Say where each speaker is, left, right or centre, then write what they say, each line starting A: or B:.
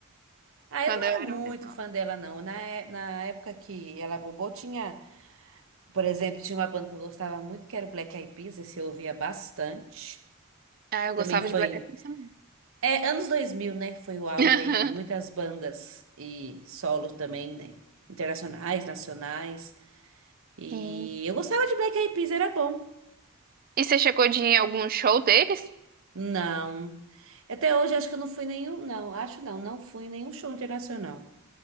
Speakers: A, on the right; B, on the right.
A: Ah,
B: quando
A: eu não era
B: eu era
A: muito
B: mais nova.
A: fã dela, não. Na, é- na época que ela bombou, tinha. Por exemplo, tinha uma banda que eu gostava muito, que era o Black Eyed Peas, esse eu ouvia bastante.
B: Ah, eu
A: Também
B: gostava
A: foi.
B: de Black Eyed Peas também.
A: É, anos dois mil né? Foi o auge
B: <laughs>
A: aí de muitas bandas e solo também, né? Internacionais, nacionais. E
B: Sim.
A: eu gostava de Black Eyed Peas, era bom.
B: E você chegou de ir em algum show deles?
A: Não. Até hoje acho que eu não fui nenhum. Não, acho não, não fui em nenhum show internacional.